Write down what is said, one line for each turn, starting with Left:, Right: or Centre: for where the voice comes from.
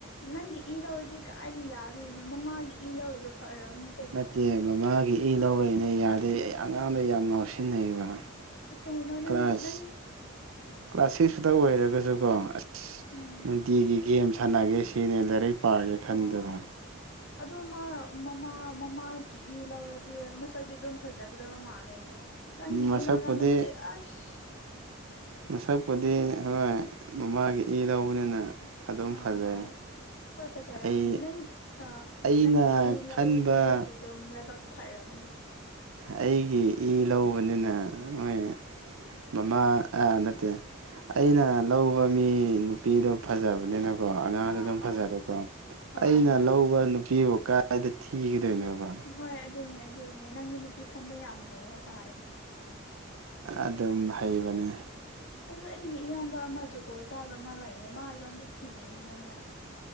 Left: ꯅꯪꯒꯤ ꯏ ꯂꯧꯔꯗꯤ ꯀꯥꯏꯗꯩ ꯌꯥꯗꯣꯏꯅꯣ ꯃꯃꯥꯒꯤ ꯏ ꯂꯧꯔꯤꯗꯣ ꯐꯔꯕꯅꯦ ꯀꯩꯅꯣ
Right: ꯅꯠꯇꯦ ꯃꯃꯥꯒꯤ ꯏ ꯂꯧꯋꯦꯅꯦ ꯌꯥꯗꯦ ꯑꯩ ꯑꯉꯥꯡꯗꯣ ꯌꯥꯝ ꯉꯥꯎꯁꯤꯟꯅꯩꯕ
Left: ꯑ ꯀꯩꯅꯣ ꯅꯪ
Right: ꯀ꯭ꯂꯥꯁ
Left: ꯅꯪ
Right: ꯀ꯭ꯂꯥꯁ ꯁꯤꯛꯁꯇ ꯑꯣꯏꯔꯒꯁꯨꯀꯣ ꯑꯁ
Left: ꯎꯝ
Right: ꯅꯨꯡꯇꯤꯒꯤ ꯒꯦꯝ ꯁꯥꯟꯅꯒꯦ ꯁꯤꯅꯦ ꯂꯥꯏꯔꯤꯛ ꯄꯥꯒꯦ ꯈꯟꯗꯦꯕ
Left: ꯑꯣ ꯑꯗꯣ ꯃꯥ ꯃꯃꯥ ꯃꯃꯥꯒꯤ ꯏ ꯂꯧꯔꯗꯤ ꯃꯁꯛꯇꯤ ꯑꯗꯨꯝ ꯐꯖꯒ꯭ꯔꯕ ꯃꯥꯜꯂꯦꯅꯦ ꯅꯪꯒꯤ
Right: ꯃꯁꯛꯄꯨꯗꯤ
Left: ꯏ ꯂꯧꯔꯝꯃꯗꯤ ꯑꯁ
Right: ꯃꯁꯛꯄꯨꯗꯤ ꯍꯣꯏ ꯃꯃꯥꯒꯤ ꯏ ꯂꯧꯕꯅꯤꯅ ꯑꯗꯨꯝ ꯐꯖꯩ
Left: ꯑꯥ ꯍꯣꯏ ꯍꯣꯏ ꯐꯖꯔꯝꯅꯤ
Right: ꯑꯩ
Left: ꯅꯪ
Right: ꯑꯩꯅ
Left: ꯅꯪꯒꯤ ꯏ ꯂꯧ
Right: ꯈꯟꯕ
Left: ꯂꯧꯗ꯭ꯔꯤꯗꯣ ꯂꯥꯏꯕꯛ ꯐꯔꯕꯅꯦ
Right: ꯑꯩꯒꯤ ꯏ ꯂꯧꯕꯅꯤꯅ ꯃꯣꯏ ꯃꯃꯥ ꯅꯠꯇꯦ ꯑꯩꯅ ꯂꯧꯕ ꯃꯤ ꯅꯨꯄꯤꯗꯣ ꯐꯖꯕꯅꯦꯅ ꯀꯣ ꯑꯉꯥꯡꯗ
Left: ꯑꯥ
Right: ꯑꯗꯨꯝ
Left: ꯍꯣꯏ
Right: ꯐꯖꯔꯦꯀꯣ
Left: ꯍꯣꯏ
Right: ꯑꯩꯅ
Left: ꯍꯣꯏ
Right: ꯂꯧꯕ ꯅꯨꯄꯤꯕꯨ ꯀꯥꯏ ꯀꯥꯏꯗ ꯊꯤꯒꯗꯣꯏꯅꯣꯕ
Left: ꯍꯣꯏ ꯑꯗꯨꯅꯦ ꯑꯗꯨꯅꯦ ꯅꯪꯗꯤ ꯅꯨꯄꯤ ꯈꯟꯕ ꯌꯥꯝ ꯍꯩꯌꯦꯅ ꯇꯥꯏ
Right: ꯑꯗꯨꯝ ꯍꯩꯕꯅꯦ
Left: ꯑꯗꯨ ꯑꯩꯒꯤ ꯏꯌꯥꯝꯕ ꯑꯃ ꯖꯨꯒꯣꯠ ꯆꯥꯕ ꯑꯃ ꯂꯩꯌꯦ ꯃꯥꯁꯨ ꯑꯝꯇ ꯊꯤꯕꯤꯌꯨꯅꯦ ꯅꯪꯅ